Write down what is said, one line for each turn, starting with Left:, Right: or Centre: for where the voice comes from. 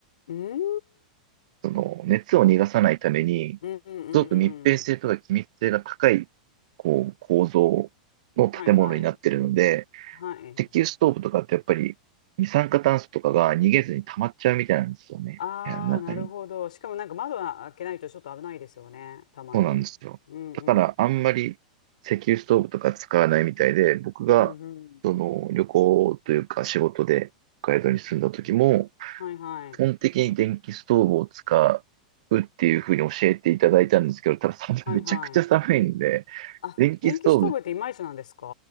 Left: うん。うん
Right: その熱を逃がさないために、
Left: うんうんうん。
Right: すごく密閉性とか気密性が高い、こう、構造の建物になってるので、
Left: はいはい。はい。
Right: 石油ストーブとかってやっぱり二酸化炭素とかが逃げずに溜まっちゃうみたいなんですよね。
Left: ああ、
Right: 部屋の中に。
Left: なるほど。しかもなんか窓は開けないとちょっと危ないですよね。たまに。
Right: そうなんですよ。
Left: うんうん。
Right: だからあんまり石油ストーブとか使わないみたいで、僕がその旅行というか仕事で北海道に住んだ時も、
Left: うんうん。はいはい。
Right: 基本的に電気ストーブを使うっていうふうに教えていただいたんですけど、ただ <laughs> 寒い、
Left: はいはい。
Right: めちゃくちゃ寒いんで、
Left: あ、
Right: 電気ストーブ
Left: 電気ストーブっていまいちなんですか